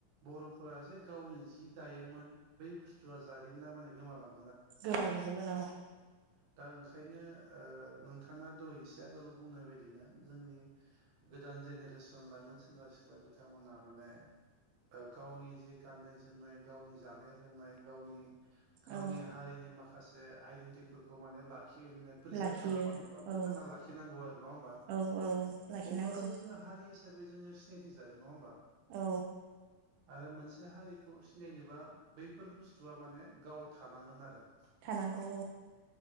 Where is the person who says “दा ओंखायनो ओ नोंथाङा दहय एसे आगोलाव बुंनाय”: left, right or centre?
Right